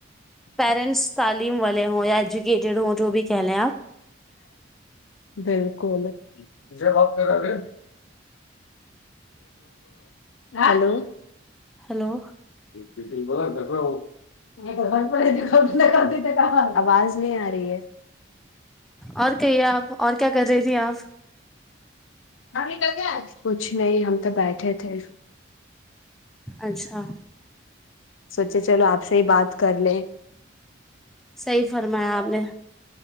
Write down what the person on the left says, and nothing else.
بالکل <unintelligible> جے بات کرا گے <unintelligible> ہلو <unintelligible>
آواز نہیں آ رہی ہے
مے کل کیا <unintelligible> کچھ نہیں ہم تو بیٹھے تھے
سوچے چلو آپ سے ہی بات کر لیں